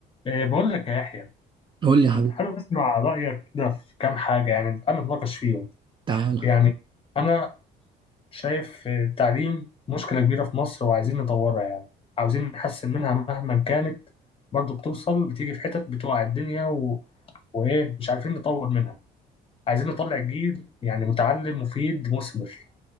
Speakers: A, on the left (about 35°); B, on the right (about 30°).
A: إيه، بقول لك يا يحيى
B: قول لي يا
A: كنت
B: حبيبي
A: حابب اسمع رايك كده في كام حاجه يعني انا اتناقش فيهم
B: تعالى
A: يعني انا شايف إيه، التعليم مشكله كبيره في مصر وعايزين نطورها يعني عاوزين نحسن منها مهما كانت برضو بتوصل بتيجي في حتت بتوقع الدنيا و... وايه مش عارفين نطور منها عايزين نطلع جيل يعني متعلم مفيد مثمر